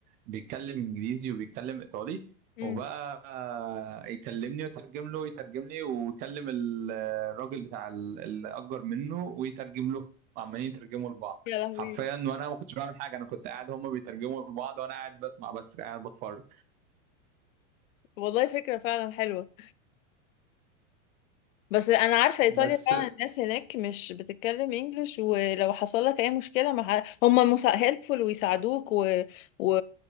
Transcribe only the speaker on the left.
امم
يا لهوي
والله فكرة فعلا حلوة بس انا عارفة ايطاليا
فعلا الناس هناك مش بتتكلم انجلش ولو حصل لك اي مشكلة مع هم مسا... هيلبفول ويساعدوك و... و...